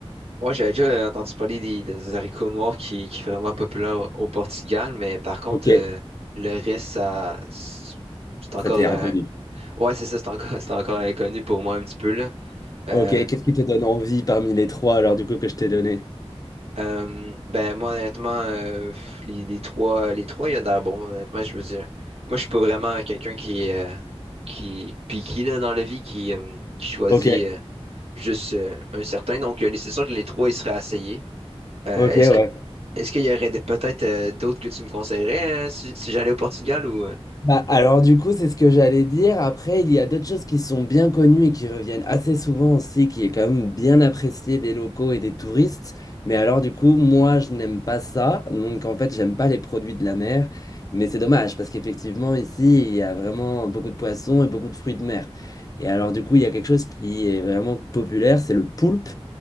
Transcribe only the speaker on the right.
moi j'avais déjà entendu parler des, des haricots noirs qui, qui sont vraiment populaires au, au Portugal, mais par contre,
euh, le reste, ça, c'est encore,
euh,
ouais, c'est ça, c'est encore, <laughs> c'est encore inconnu pour moi un petit peu, là. Euh,
euh, ben, moi, honnêtement, euh, pff, les, les trois, les trois, il y a de l'air bon, honnêtement, je veux dire. Moi, je suis pas vraiment quelqu'un qui, est, euh, qui est piqué, là, dans la vie, qui, euh, qui choisit,
euh, juste, euh, un certain. Donc, euh, c'est sûr que les trois, ils seraient essayés. Euh,
est-ce
que est-ce qu'il y aurait des- peut-être euh, d'autres que tu me conseillerais euh, si, si j'allais au Portugal ou euh,